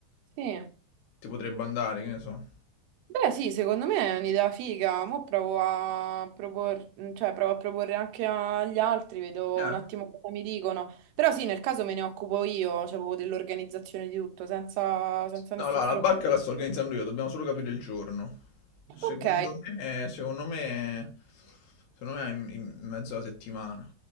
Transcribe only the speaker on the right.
sì.
Beh, sì, secondo me è un'idea figa. Mo' provo a propor- cioè, provo a proporre anche agli altri, vedo
un attimo cosa mi dicono. Però sì, nel caso me ne occupo io, cioè proprio dell'organizzazione di tutto, senza, senza
nessun
problema.
Ok,